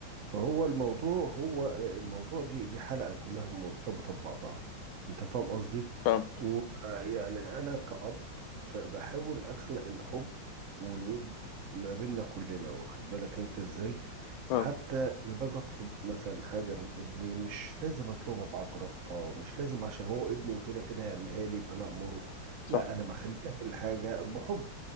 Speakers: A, on the right; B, on the left.
A: فهو الموضوع هو آه، الموضوع دي دي حلقة كلها مرتبطة ببعضها انت فاهم قصدي
B: فاهم
A: ويعني انا كأب فبحاول اخلق الحب والود ما بيننا كلنا واخد بالك انت ازاي
B: فاهم
A: حتى لما باجي اطلب مثلا حاجة من ابني مش لازم اطلبها بعجرفة مش لازم عشان هو ابني وكده كده هيعملها لي يبقى انا امره
B: صح
A: لا انا بخليه يعمل حاجة بحب